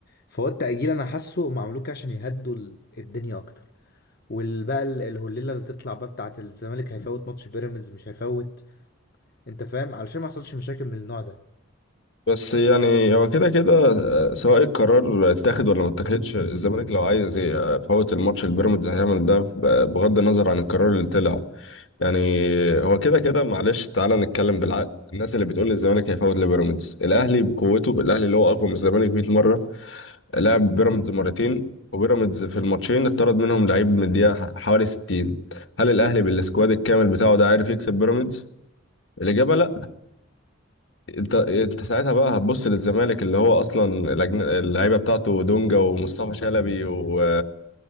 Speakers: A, on the left; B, on the left.
A: فهو التأجيل أنا حاسه هم عملوه كده عشان يهدوا ال- الدنيا أكتر والبقى ال- الهليلة اللي تطلع بقى بتاعة الزمالك هيفوت ماتش بيراميدز مش هيفوت أنت فاهم علشان ما يحصلش مشاكل من النوع ده
B: بس يعني هو كده كده آه، سواء القرار اتاخد ولا ما اتاخدش الزمالك لو عايز آه، يفوت الماتش البيراميدز هيعمل ده ب- بغض النظر عن القرار اللي طلع يعني هو كده كده معلش تعالى نتكلم بالعقل الناس اللي بتقول الزمالك هيفوت لبيراميدز الاهلي بقوته الاهلي اللي هو اقوى من الزمالك 100 مره لعب بيراميدز مرتين وبيراميدز في الماتشين اتطرد منهم لعيب من الدقيقة حوالي 60 هل الأهلي بالسكواد الكامل بتاعه ده عارف يكسب بيراميدز؟ الإجابة لأ أنت أنت ساعتها بقى هتبص للزمالك اللي هو أصلا الأجن- اللعيبة بتاعته دونجا ومصطفى شلبي و...